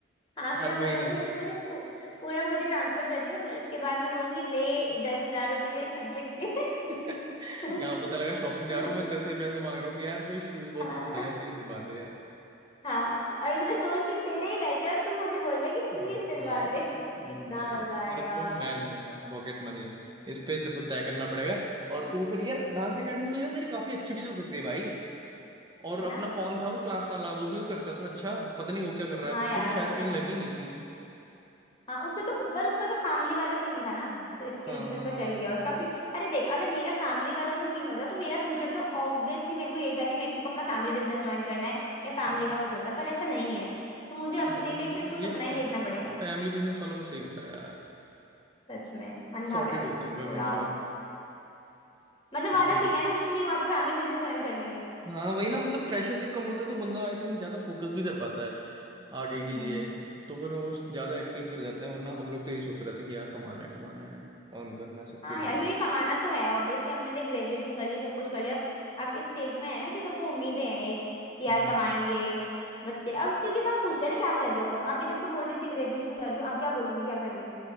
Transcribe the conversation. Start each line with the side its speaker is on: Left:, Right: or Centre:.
Left: हाँ फिर
Right: हर
Left: मैं बोलूँ
Right: महीने
Left: फिर तू मुझे पू, पूरा मुझे ट्रांसफर कर दियो फिर उसके बाद मैं बोलूंगी ले दस हजार रुपये तेरे खर्चे के
Right: <laughs>
Left: <laughs>
Right: यहाँ पता लगा शॉपिंग जा रहा हूँ मैं तेरे से ही पैसे मांग रहा हूँ कि यार कोई शूज बहुत
Left: हाँ
Right: पसंद आया प्लीज दिलवा दे यार
Left: हाँ और मतलब सोच कि तेरे ही पैसे और तू मुझे बोल रहा है कि प्लीज
Right: भाई
Left: दिलवा दे कितना
Right: भाई
Left: मजा
Right: तेरे
Left: आएगा
Right: को मैं दूंगा पॉकेट मनी इस पे तेरे को तय करना पड़ेगा और तू फिर यार डांस एकेडमी तो यार तेरी काफी अच्छी भी चल सकती है भाई
Left: <laughs>
Right: और
Left: है
Right: अपना
Left: ना
Right: कौन था वो क्लास वाला वो भी वो करता था अच्छा पता नहीं वो क्या कर रहा
Left: हाँ
Right: है वो उसकी
Left: यार
Right: भी
Left: उसका
Right: शायद कहीं लगी नहीं थी
Left: हाँ उसने तो पर उसका तो फैमिली वाला सीन था ना तो इसकी
Right: हाँ
Left: वजह से उसका चल गया उसका फ्यू... अरे देख अगर मेरा फैमिली वाला कोई सीन होता तो मेरा फ्यूचर तो ऑब्वियसली मेरे को यही था कि मेरे को अपना फैमिली बिजनेस ज्वाइन करना है या फैमिली
Right: हम्म,
Left: का कुछ होता पर ऐसा नहीं है तो मुझे अपने
Right: है ना
Left: लिए फिर कुछ
Right: ये
Left: अपना
Right: फै,
Left: ही देखना पड़ेगा
Right: फैमिली बिजनेस वालों को सही होता है यार
Left: सच में अंधा
Right: सॉर्टेड
Left: पैसा
Right: होता है इनका
Left: उड़ाओ
Right: कम से कम
Left: मतलब वाला
Right: अपने
Left: सीन है ना कुछ नहीं हुआ तो फैमिली बिजनेस ज्वाइन कर लेंगे
Right: हाँ वही ना मतलब प्रेशर जब कम होता है तो बंदा आई थिंक ज्यादा फोकस भी कर पाता है आगे
Left: हम्म
Right: के लिए तो फिर वो ज्यादा एक्सेल भी कर जाते हैं वरना हम लोग तो यही सोच रहे थे कि यार कमाना है कमाना है अर्न करना है सबके
Left: हाँ
Right: लिए
Left: यार क्योंकि कमाना तो है ऑब्वियसली हमने देख ग्रेजुएशन कर ली सब कुछ कर लिया अब अब इस स्टेज में है ना कि सबको उम्मीदें हैं एक कि यार
Right: हाँ
Left: कमाएंगे बच्चे अब क्योंकि सब पूछते हैं ना क्या कर रहे हो अभी तक तो बोल रही थी ग्रेजुएशन कर रही हूँ अब क्या बोलूंगी क्या कर रही हूँ